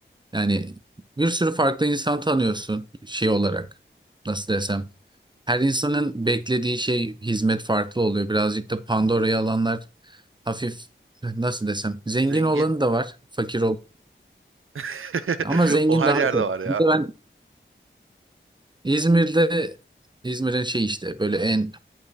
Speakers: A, on the right; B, on the right.
A: Yani bir sürü farklı insan tanıyorsun şey olarak. Nasıl desem. Her insanın beklediği şey hizmet farklı oluyor. Birazcık da Pandora'yı alanlar hafif nasıl desem zengin
B: Zengin.
A: olanı da var, fakir ol.
B: <laughs>
A: Ama zengin
B: O her
A: daha
B: yerde
A: çok.
B: var ya.
A: Bir de ben İzmir'de İzmir'in şey işte böyle en